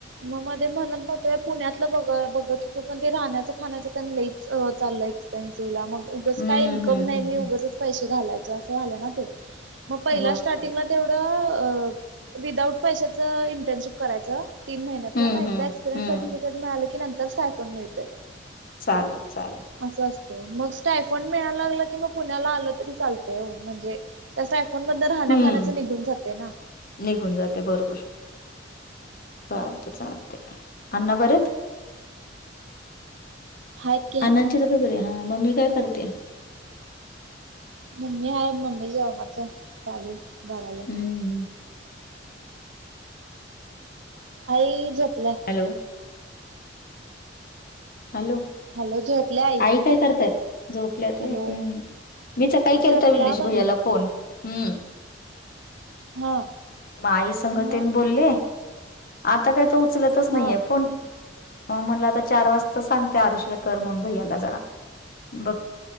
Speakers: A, on the right; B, on the left.
A: मग मध्ये म्हणत नव्हतोय पुण्यातलं ब बघत होतो पण ते राहण्याचं खाण्याचं तेन लईच चाललंय त्यांसिवला मग उगच
B: हम्म
A: काही इन्कम
B: हम्म
A: नाही
B: हम्म
A: मी उगचच
B: हम्म
A: पैसे घालयचं असं व्हालं ना ते. मग पहिला
B: बरोबर
A: स्टार्टिंगला तेवढं विदाउट पैशाच इंटर्नशिप करायचं तीन महिन्याच
B: हम्म
A: मग एकदा
B: हम्म
A: एक्सपिरियन्स
B: हम्म
A: सर्टिफिकेट मिळालं की नंतर स्टायफंण मिळतंय.
B: चालेल चालेल.
A: असं असतंय मग स्टायफंड मिळायला लागला कि मग पुण्याला आलं तरी चालतय ओ म्हणजे त्या स्टायफोन मधनं राहण्या
B: हम्म
A: खाण्याच निघून जाते ना.
B: निघून जाते बरोबर. चालते चालते, अण्णा बरेे आहेत?
A: हाईत.
B: अण्णांची तब्येत बरी आहे, हा मम्मी काय करते,?
A: मम्मी आहे मम्मी जेवणाचं चालू घालाल्या.
B: हम्म
A: आई झोपल्या
B: हॅलो हॅलो
A: हॅलो झोपल्या
B: आई काय करतायत झोपल्यात व्हय
A: हॅलो
B: हम्म मीच सकाळी केलता
A: झोपल्या
B: विघ्नेश
A: म्हणलं
B: भैयाला फोन हम्म
A: हा
B: म आई संगतेन
A: मग
B: बोलले आता काही तो उचलतच नाहीे
A: हा
B: ये फोन मग म्हटलं आता चार वाजता सांगते आरुषला कर म्हणून भैयाला जरा बघ